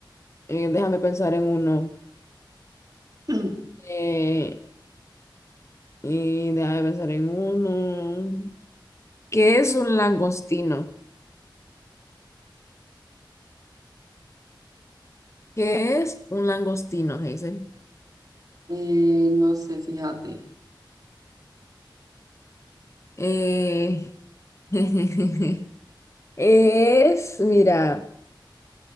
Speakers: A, on the left (about 35°); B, on the right (about 45°).
A: eh, déjame pensar en uno.
B: <clears throat>
A: Eh, Y deja de pensar en uno. ¿Qué es un langostino? ¿Qué es un langostino, Hazel?
B: Eh, no sé, fíjate.
A: Eh, <laughs> Es, mira,